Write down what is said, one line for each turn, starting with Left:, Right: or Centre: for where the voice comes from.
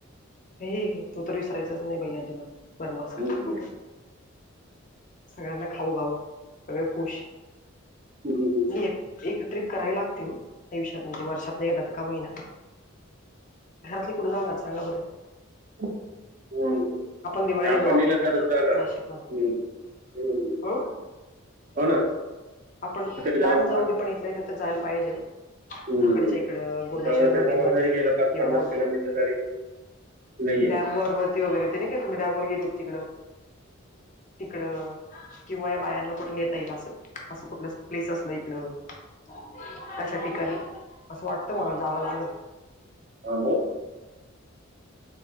Left: हे तू तर विसरायचाच नाही भाई अजिबात बनवास
Right: हम्म.
Left: कर. सगळ्यांना खाऊ खाऊ सगळे खुश
Right: हम्म.
Left: मी एक एक ट्र्रीप करावी लागते आयुष्यात म्हणजे वर्षात नाही जात का होईना. घरातले कुठे जाणार सांगा बरं.
Right: हम्.
Left: दिवाळीला
Right: त्या आपण
Left: जाऊ आपल्या
Right: नलं
Left: इकडचे
Right: तरच झालं
Left: नाशिक मधले
Right: हम्म हम्.
Left: अ
Right: हो ना.
Left: आपण
Right: जायला
Left: लांब जाऊ
Right: पाहतो
Left: दे पण इथलं तरथ जायला पाहिजे.
Right: हम्म.
Left: इकडच्या इकड गोडेश्वर
Right: जवळ
Left: मंदिर
Right: त्या जवळ
Left: म्हडले
Right: जरी गेलं पाच
Left: किंवा
Right: पन्नास
Left: मग
Right: किलोमीटर तरी नाहीये
Left: डॅम वबती वगैरे ते नाही का तुम्ही डॅम वर गेली हो तिकडं तिकडं. किंवा या बायांना कुठून येता येईल असं असं कुठलं प्लेस असल इकड. त्याशा ठिकाणी असं वाटत मला जावं लागेल.
Right: ह.